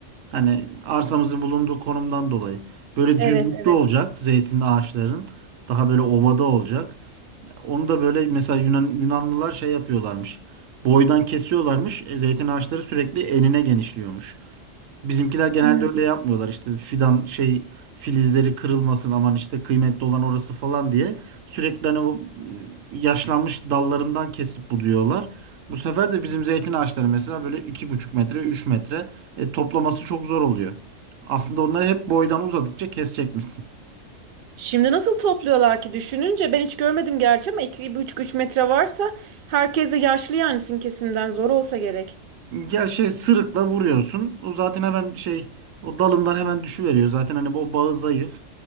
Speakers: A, on the right; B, on the right.
A: Hani arsamızın bulunduğu konumdan dolayı. Böyle
B: Evet
A: düzlükte
B: evet.
A: olacak zeytin ağaçların. Daha böyle ovada olacak. Onu da böyle mesela Yunan, Yunanlılar şey yapıyorlarmış. Boydan kesiyorlarmış. E, zeytin ağaçları sürekli enine genişliyormuş. Bizimkiler genelde
B: Hmm.
A: öyle yapmıyorlar işte fidan şey filizleri kırılmasın aman işte kıymetli olan orası falan diye sürekli hani o e, yaşlanmış dallarından kesip buluyorlar. Bu sefer de bizim zeytin ağaçları mesela böyle iki buçuk metre 3 metre e, toplaması çok zor oluyor. Aslında onları hep boydan uzadıkça kesecekmişsin.
B: Şimdi nasıl topluyorlar ki düşününce ben hiç görmedim gerçi ama 2 üç metre varsa herkes de yaşlı yani sizin kesimden zor olsa gerek.
A: Ya şey sırıkla vuruyorsun. O zaten hemen şey o dalından hemen düşüveriyor. Zaten hani o bağı zayıf.